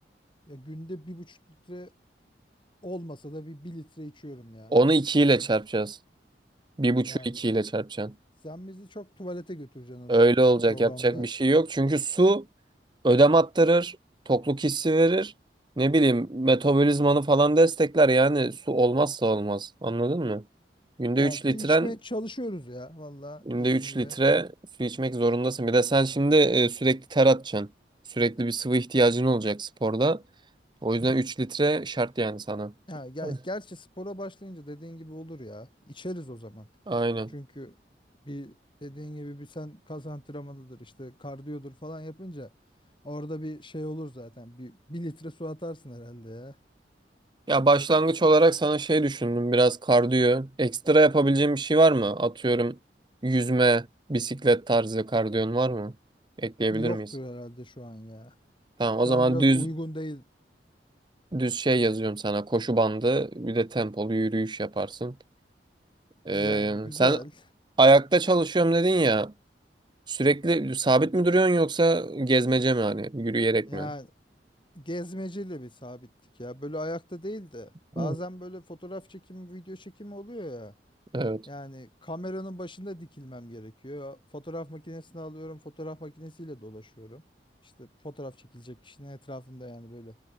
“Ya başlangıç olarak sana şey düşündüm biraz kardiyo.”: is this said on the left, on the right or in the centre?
Right